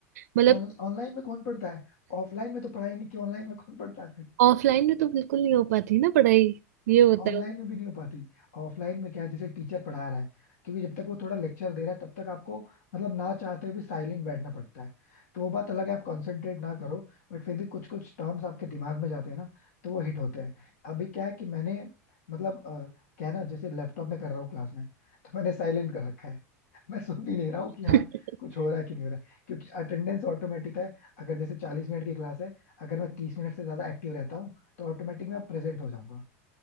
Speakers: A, on the right; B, on the left.
A: मतलब
B: ऑनलाइन में कौन पढ़ता है ऑफलाइन में तो पढ़ाई नहीं की ऑनलाइन में कौन पढ़ता है फिर
A: ऑफलाइन में तो बिल्कुल नहीं हो पाती ना पढ़ाई ये होता
B: ऑनलाइन में भी नहीं हो पाती ऑफलाइन में क्या है जैसे टीचर पढ़ा रहा है क्योंकि जब तक वो थोड़ा लेक्चर दे रहा है तब तक आपको मतलब ना चाहते हुए भी साइलेंट बैठना पड़ता है तो वो बात अलग है आप कंसंट्रेट ना करो बट फिर भी कुछ कुछ टर्म्स आपके दिमाग में जाते हैं ना तो वो हिट होते हैं अभी क्या है कि मैंने मतलब अ, क्या है ना जैसे लैपटॉप में कर रहा हूँ क्लास में तो मैंने साइलेंट कर रखा है <laughs> मैं सुन भी नहीं रहा हूँ कि हाँ
A: है <laughs>
B: कुछ हो रहा है कि नहीं हो रहा है क्योंकि अटेंडेंस ऑटोमेटिक है अगर जैसे चालीस मिनट की क्लास है अगर मैं तीस मिनट से ज्यादा एक्टिव रहता हूँ तो ऑटोमेटिक मैं प्रेजेंट हो जाऊंगा